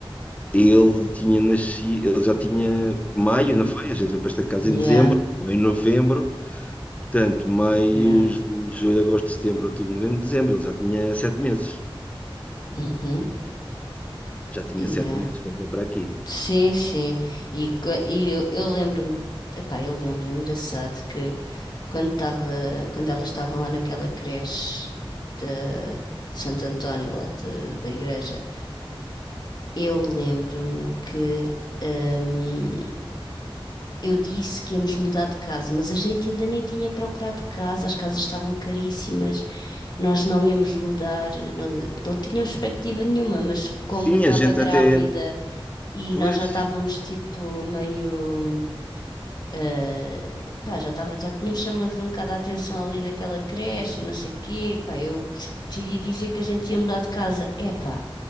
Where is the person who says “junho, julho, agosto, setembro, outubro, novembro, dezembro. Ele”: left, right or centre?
Left